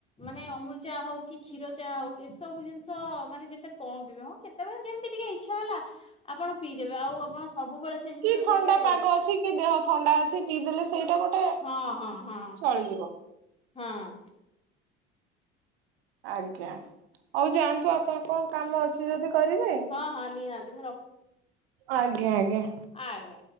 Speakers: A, on the left (about 20°); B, on the right (about 65°).
A: ମାନେ ଅମୁଲ ଚା ହଉ କି କ୍ଷୀର ଚା ହଉ ଏସବୁ ଜିନିଷ ମାନେ ଯେତେ କମ ପିବେ। ହଁ କେତେ କେତେବେଳେ କେମିତି ଟିକେ ଇଚ୍ଛା ହେଲା ଆପଣ ପିଇଦେବେ ଆଉ ଆପଣ ସବୁବେଳେ ସେଇ ଜିନିଷ
B: କି ଥଣ୍ଡା
A: ପିଇଲେ
B: ପାଗ ଅଛି କି ଦେହ ଥଣ୍ଡା ଅଛି ପିଇ ଦେେଲେ ସେଇଟା ଗୋଟେ
A: ହଁ ହଁ ହଁ।
B: ଚଳିଯିବ।
A: ହଁ।
B: ଆଜ୍ଞା। ହଉ ଯାଆନ୍ତୁ ଆପଣ କଣ କାମ ଅଛି ଯଦି କରିବେ।
A: ହଁ ହଁ ନିହାତି ମୁଁ
B: ଆଜ୍ଞା ଆଜ୍ଞା।
A: ଆଗ୍ୟା।